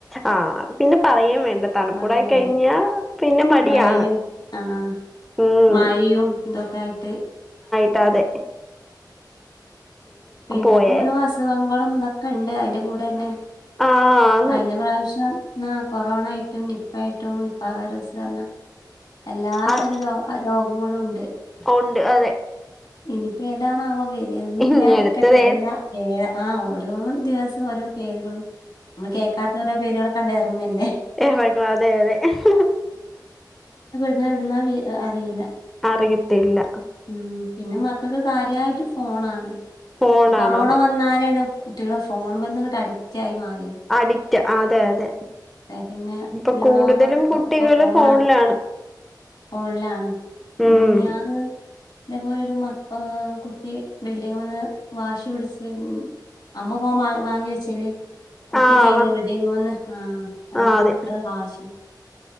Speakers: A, in the centre; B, on the left.
A: ആ... അത് പിന്നെ പറയാൻ വേണ്ട തണുപ്പൂടായി
B: പറയും വേണ്ട
A: കഴിഞ്ഞാ പിന്നെ മടിയാണ്
B: മഴയും ആഹ
A: ഉം
B: മയും ഇതൊക്കെ ആയിട്ട്
A: പിട്ടാതെ
B: പിന്നെപ്പോ
A: പോയേ
B: ഓരോ അസുഖങ്ങളും. ന്നൊക്കെ ഉണ്ട് അയിന്റെ കൂടെ തന്നെ
A: ആഹ് ആന്ന്
B: കഴിഞ്ഞ പ്രാവശ്യം കൊറോണ ആയിട്ടും നിപ്പ ആയിട്ടും നിപ്പ വൈറസാ പറഞ്ഞാ എല്ലാ
A: ആഹ്
B: തരം രോഗ അ മോളും ഉണ്ട് <unintelligible>
A: ഉണ്ട് അതെ
B: ഇനിയിപ്പോ ഏതാണാവ വെര.. ഒന്നു
A: ഇനി
B: ഇല്ലതിക്കട്ടെ..
A: അടുത്തത് ഏത്
B: ഏ ആ ഓരോ ദിവസം ഓരോ പേരുകളും നമ്മൾ കേക്കാത്ത ഓരോ പേരുകളൊക്കെ ഇറങ്ങല്ലേ
A: എക്ക അതെ അതെ <unintelligible>
B: പി എവിടുന്നാ അറിയില്ല.
A: അറിയത്തില്ല.
B: ഉം പിന്നെ മക്കൾക്ക് കാര്യമായിട്ട് ഫോണാണ്
A: ഫോണാണ്
B: ഈ കൊറോണ
A: അതെ
B: വന്നാരെണ് കുട്ടികള് ഫോൺമ്മങ്ങട്ട് അഡിക്റ്റ് ആയി മാറി അതെ
A: അഡിക്റ്റ് അതെ അതെ
B: പിന്നെല്ലാ
A: ഇപ്പൊ കൂടുതലും
B: മക്കക്കിപ്പോ
A: കുട്ടികള്
B: ഫോണാണ്
A: ഫോണിലാണ്
B: ഫോണിലാണ്...
A: ഉം
B: മിന്നിയാന്ന് ഇതേപോലെ ഒരു മ കുട്ടി ബിൽഡിംങ്ങ്മെന്ന് വാശി പിടിച്ചിട്ട് അമ്മ ഫോൺ വാങ്ങി വെചേല് കുട്ടി
A: ആഹ്
B: ചെയ്തെ..
A: വ
B: ബിൽഡിങ്മ്മന്ന്.. ആ അത
A: ആഹ്
B: മക്കള
A: അതെ
B: വാശി